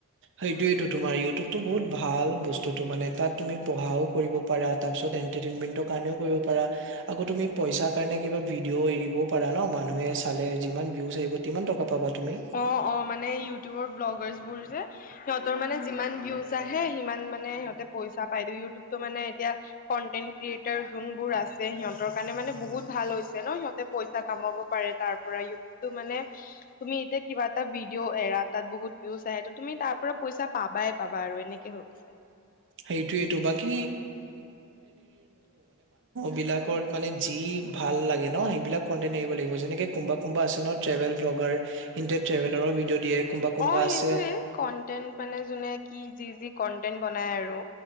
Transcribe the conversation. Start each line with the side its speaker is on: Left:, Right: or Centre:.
Right: সেইটোয়েইটো তোমাৰ ইউটিউবতো বহুত ভাল বস্তুটো মানে, তাত তুমি পঢ়াও কৰিব পাৰা, তাৰ পিছত এণ্টাৰটেইনমেন্টৰ কাৰাণও কৰিব পাৰা আকৌ তুমি পইচাৰ কাৰণে কিবা ভিডিঅ এৰিবও পাৰা ন' মানুহে চালে যিমান ভীউচ আহিব তিমান টকা পাবা। তুমি
Left: অহ - অহ মানে ইউটিউবৰ ব্লোগাৰ্চ বোৰ সিহঁতৰ মানে যিমান ভিউজ আহে সিমান মানে সিহঁতে পইচা পাই ইউটিউবটো মানে এতিয়া কনটেন ক্ৰিয়েটাৰ যোনবোৰ আছে সিহঁতৰ কাৰণে মানে বহুত ভাল হৈছে ন' সিহঁতে পইচা কামাব পাৰে তাৰ পৰা ইউটিউবটো মানে তুমি এতিয়া কিবা এটা ভিডিঅ' এৰা তাত বহুত ভিউজ আহে ত' তুমি তাৰ পৰা পইচা পাবাই পাবা আৰু এনেকে পইচা
Right: সেইটোয়েতো বাকী বিলাকত মানে যি ভাল লাগে ন' সেইবিলাক কন্টেন্ট এৰিব লাগিব যেনেকে কোমবা- কোমবা আছে ন' ট্ৰেভেল ব্লগ ব্লগাৰ হিন্তে ট্ৰেভেলৰ ভিডিঅ' দিয়ে কোনোবা কোনোবা
Left: অহ, সেইটোয়ে
Right: আছে
Left: কন্টেন্ট মানে যোনে কি জি- জি কন্টেন্ট বনাই আৰু